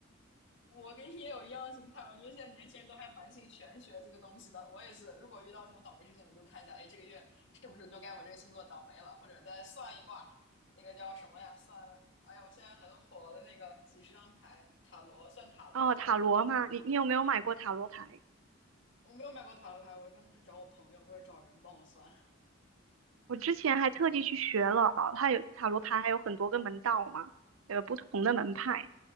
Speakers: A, on the left; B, on the right.
A: 我跟你也有一样的心态，我觉得现在年轻人都还蛮信玄学这个东西的。我也是，如果遇到什么倒霉事情，我就看一下，哎，这个月是不是就该我这个星座倒霉了，或者再算一卦，那个叫什么呀？算，哎呀，我现在很火的那个几十张牌，塔罗，算塔罗。
B: 哦，塔罗嘛，你你有没有买过塔罗牌？
A: 我没有买过塔罗牌，我一般都是找我朋友或者找人帮我算，
B: 我之前还特地去学了，它有塔罗牌，还有很多个门道嘛，有不同的门派，